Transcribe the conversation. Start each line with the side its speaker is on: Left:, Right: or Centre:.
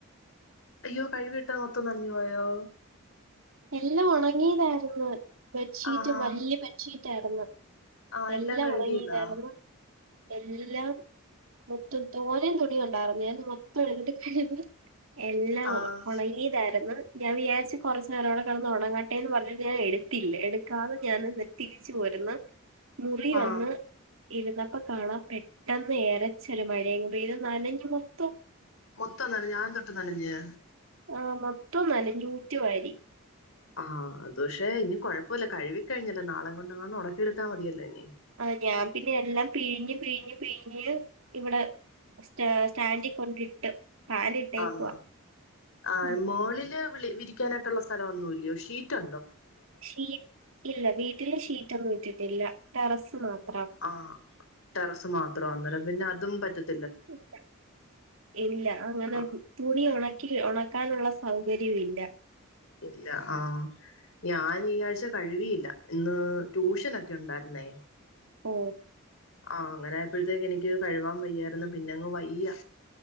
Left: അയ്യോ കഴിവി വിട്ട മൊത്തം നഞ്ഞ പോയോ
Right: എല്ലാം ഉണങ്ങിയതായിരുന്നു ബെഡ്ഷീറ്റ്
Left: ആഹാ
Right: വലിയ ബെഡ്ഷീറ്റ ആായിരുന്നു
Left: ആഹ്
Right: എല്ലാം
Left: കഴുകിയതാ
Right: ഉണങ്ങിതായിരുന്നു എല്ലാം മൊത്തം തോനയും തുണിയ ഉണ്ടായിരുന്നു ഞാൻ മൊത്തം എഴതിട്ട് എല്ലാം
Left: ആഹ്
Right: ഉണങ്ങീതായിരുന്നു ഞാൻ വിചാരിച്ച കുറച്ച് ഞരോടെ കടന്ന് ഉണണംങ്ങാട്ടെന്ന് പറഞ്ഞു ഞാൻ എടുത്തില്ല എടുക്കാതെ ഞാൻ എന്നിട്ടതിരിച്ചു പോുന്ന മുറി വന്ന്
Left: ആഹ്
Right: ഇരുന്നപ്പ കാണാ പെട്ടന്ന് ഏരച്ചൊരു മഴയങ്ക പത് നനഞ്ഞ മൊത്തോ
Left: മൊത്തം നനഞ്ഞ് ഞാൻ തൊട്ട് നനഞ്ഞ്
Right: ആഹ് മൊത്തം നനഞ്ഞൂറ്റി വാരി
Left: ആഹ് അത് പക്ഷെ ഇനി കുഴപ്പല്ല കഴുകിക്കഴിഞ്ഞല്ലോ നാളെ കൊണ്ടങ്ങാണ്ട് ഉണക്കിയെടുത്താ മതിയല്ലോ ഇനി
Right: ആ ഞാൻ പിന്നെ എല്ലാം പിഴിഞ്ഞ് പിഴിഞ്ഞ് പിഴിഞ്ഞ് ഇവിടെ സ്റ്റ സ്റ്റാൻഡിൽ കൊണ്ടിട്ട് ഫാനിട്ടേക്കുവാ
Left: ആന്നോ ആ
Right: ഉം
Left: മോളില് വിളി വിരി ക്കാനായിട്ടുള്ള സ്ഥലൊന്നും ഇല്ലി‌യോ ഷീറ്റാ
Right: ശീ ഇല്ല വീട്ടില് ശീ- റ്റൊന്നുട്ടിട്ടില്ല ടെറസ് മാത്-
Left: ആ ടെറസ് മാത്രം അന്നരം- പിന്നെ അതും പറ്റത്
Right: ഇല്ല ഇല്ല അങ്ങനെ
Left: ആ
Right: തുണി ഉണ ക്കി ഉണക്കാനുള്ള സൗകര്യവും ഇല്ല.
Left: ഇല്ല ആഹ് ഞാൻ ഈ ആഴ്ച കഴുവിയില്ല, ഇന്ന് ട്യൂഷനൊക്കെ ഉണ്ടായിരുന്നേ.
Right: ഓ
Left: ആഹ് അങ്ങനെ ആയപ്പോഴത്തേക്ക് എനിക്ക് കഴുവാൻ വയ്യായിരുന്നു, പിന്നെ അങ്ങ് വയ്യാ